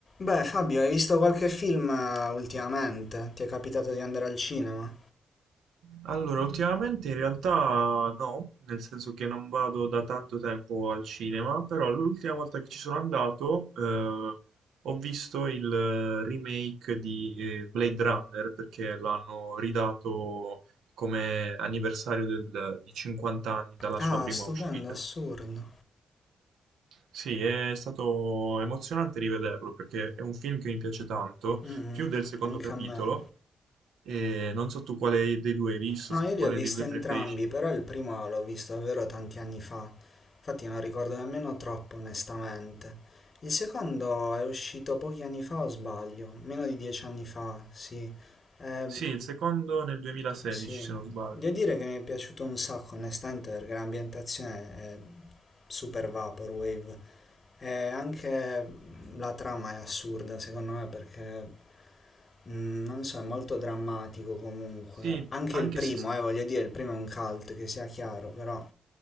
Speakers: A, on the left; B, on the right.
A: Beh, Fabio, hai visto qualche film eh, ultimamente? Ti è capitato di andare al cinema?
B: Allora, ultimamente in realtà no, nel senso che non vado da tanto tempo al cinema, però l'ultima volta che ci sono andato eh, ho visto il eh, remake di eh, Blade Runner perché l'hanno ridato come anniversario del- di 50 anni dalla
A: Ah,
B: sua prima
A: stupendo,
B: uscita.
A: assurdo.
B: Sì, è stato emozionante rivederlo perché è un film che mi piace tanto,
A: Mm,
B: più del secondo
A: anche
B: capitolo,
A: a me.
B: e non so tu quale dei due hai visto,
A: No, io
B: quale
A: li ho visti
B: dei due
A: entrambi,
B: preferisci.
A: però il primo l'ho visto davvero tanti anni fa. Infatti non ricordo nemmeno troppo, onestamente. Il secondo è uscito pochi anni fa, o sbaglio? Meno di dieci anni fa, sì. Eh,
B: Sì, il secondo nel 2016,
A: Sì,
B: se non sbaglio.
A: devo dire che mi è piaciuto un sacco, onestamente, perché l'ambientazione è super vaporwave e anche la trama è assurda, secondo me, perché mm, non so, è molto drammatico comunque.
B: Sì,
A: Anche
B: anche
A: il primo,
B: se...
A: eh, voglio dire, il primo è un cult, che sia chiaro, però